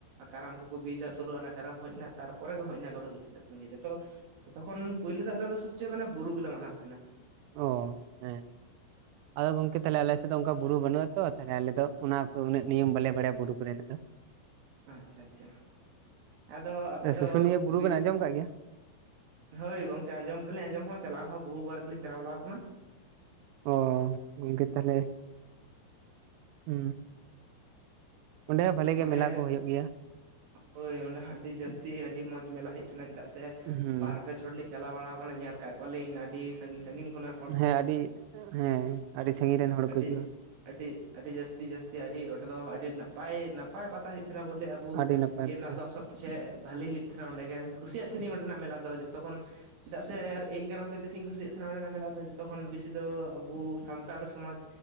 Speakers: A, on the right; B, on the right.
A: ᱠᱟᱨᱟᱢ ᱠᱚᱠᱚ ᱵᱤᱫᱟ ᱾ ᱥᱳᱞᱳ ᱟᱱᱟ ᱠᱟᱨᱟᱢ ᱦᱮᱡ ᱱᱟ, ᱛᱟᱨᱯᱚᱨᱮ ᱦᱟᱭ ᱤᱱᱟ ᱠᱚᱼᱫᱚ ᱦᱩᱭᱩᱜ ᱛᱟᱞᱮ ᱛᱟᱦᱮᱱ ᱜᱮᱭᱟ᱾ ᱡᱚᱛᱚ ᱡᱚᱠᱷᱚᱱ ᱯᱩᱭᱞᱩ ᱫᱚ ᱟᱞᱮ ᱫᱚ ᱥᱚᱵᱽᱪᱮ ᱢᱟᱱᱮ ᱵᱩᱨᱩ ᱜᱮᱞᱮ ᱢᱟᱱᱟᱣ ᱛᱟᱦᱮᱱᱟ᱾
B: ᱚ ᱦᱮᱸ ᱟᱫᱚ ᱜᱚᱝᱠᱮ ᱛᱟᱦᱮ ᱟᱞᱮ ᱥᱮᱫ ᱫᱚ ᱚᱱᱠᱟ ᱵᱩᱨᱩ ᱵᱟᱹᱱᱩᱜ-ᱟ ᱛᱚ᱾ ᱛᱟᱦᱚᱞᱮ ᱫᱚ ᱚᱱᱟ ᱠᱚ ᱩᱱᱟᱹᱜ ᱱᱤᱭᱚᱢ ᱵᱟᱞᱮ ᱵᱟᱲᱟᱭ-ᱟ ᱵᱩᱨᱩ ᱠᱚᱨᱮᱱᱟᱜ ᱫᱚ᱾
A: ᱟᱪᱪᱷᱟ - ᱟᱪᱪᱷᱟ ᱟᱫᱚ, ᱟᱯᱮ ᱫᱚ
B: ᱥᱩᱥᱩᱱᱤᱭᱟᱹ ᱵᱩᱨᱩ
A: ᱵᱤᱨᱼᱼ
B: ᱵᱮᱱ ᱟᱸᱡᱚᱢ ᱠᱟᱜ ᱜᱮᱭᱟ
A: ᱦᱳᱭ ᱜᱚᱝᱠᱮ ᱟᱸᱡᱚᱢ ᱜᱮᱞᱤᱧ ᱟᱸᱡᱚᱢ ᱦᱚᱸ, ᱪᱟᱞᱟᱣ ᱦᱚᱸ ᱵᱚᱦᱩ ᱵᱟᱨ ᱜᱮᱞᱤᱧ ᱪᱟᱞᱟᱣ ᱵᱟᱲᱟᱣ ᱠᱟᱱᱟ᱾
B: ᱚᱸ ᱜᱚᱝᱠᱮ ᱛᱟᱦᱞᱮ, ᱦᱩᱸ ᱚᱸᱰᱮ ᱦᱚᱸ ᱵᱷᱟᱞᱮ ᱜᱮ
A: ᱚᱸᱰᱮ
B: ᱢᱮᱞᱟ ᱠᱚ ᱦᱳᱭᱳᱜ ᱜᱮᱭᱟ᱾
A: ᱦᱳᱭ ᱚᱸᱰᱮ ᱦᱚᱸ ᱟᱹᱰᱤ ᱡᱟᱹᱥᱛᱤ ᱟᱹᱰᱤ ᱢᱚᱡᱽ ᱢᱮᱞᱟ ᱦᱳᱭᱳᱜ ᱛᱟᱦᱮᱱᱟ ᱾ᱪᱮᱫᱟᱜ ᱥᱮ
B: ᱦᱩᱸ
A: ᱵᱟᱨᱼᱼ ᱯᱮ ᱪᱷᱚᱴ ᱞᱤᱧ ᱪᱟᱞᱟᱣ ᱵᱟᱲᱟ ᱠᱟᱱᱟ᱾ ᱧᱮᱞ ᱠᱟᱫ ᱠᱚᱣᱟᱞᱤᱧ ᱟᱹᱰᱤ ᱥᱟᱺᱜᱤᱧ - ᱥᱟᱺᱜᱤᱧ ᱠᱷᱚᱱᱟᱜᱼᱼ
B: ᱦᱮᱸ ᱟᱹᱰᱤ, ᱦᱮᱸ ᱟᱹᱰᱤ ᱥᱟᱺᱜᱤᱧ ᱨᱮᱱ ᱦᱚᱲ
A: ᱟᱹᱰᱤ
B: ᱠᱚ ᱦᱤᱡᱩᱜᱼᱟ᱾
A: ᱟᱹᱰᱤ, ᱟᱹᱰᱤ ᱡᱟᱹᱥᱛᱤ - ᱡᱟᱹᱥᱛᱤ ᱟᱹᱰᱤ ᱚᱸᱰᱮ ᱫᱚ ᱟᱹᱰᱤ ᱱᱟᱯᱟᱭ - ᱱᱟᱯᱟᱭ ᱯᱟᱛᱟ ᱦᱩᱭᱩᱜ ᱛᱟᱦᱮᱱᱟ ᱾ ᱵᱚᱞᱮ ᱟᱵᱚᱼᱼ ᱟᱵᱚ
B: ᱟᱹᱰᱤ ᱱᱟᱯᱟᱭ
A: ᱤᱭᱟᱹ
B: ᱠᱟᱛᱷᱟ
A: ᱨᱮᱱᱟᱜ ᱫᱚ ᱥᱚᱵ ᱪᱮ ᱵᱷᱟᱞᱮ ᱦᱩᱭᱩᱜ ᱛᱟᱦᱮᱱᱟ᱾ ᱚᱸᱰᱮᱜᱮ ᱠᱩᱥᱤᱭᱟᱜ ᱛᱟᱦᱮᱱᱤᱧ, ᱚᱸᱰᱮᱱᱟᱜ ᱢᱮᱞᱟ ᱫᱚ ᱡᱚᱛᱚ ᱠᱷᱚᱱ ᱪᱮᱫᱟᱜ ᱥᱮ, ᱟᱨ ᱮᱭ ᱠᱟᱨᱚᱱ ᱛᱮ ᱵᱮᱥᱤᱧ ᱠᱩᱥᱤᱭᱟᱜ ᱛᱟᱦᱮᱱᱟ᱾ ᱚᱸᱰᱮᱱᱟᱜ ᱢᱮᱞᱟ ᱫᱚ ᱡᱚᱛᱚ ᱠᱷᱚᱱ ᱵᱮᱥᱤ ᱫᱚ ᱟᱵᱚ ᱥᱟᱱᱛᱟᱲ ᱥᱚᱢᱟᱡᱽ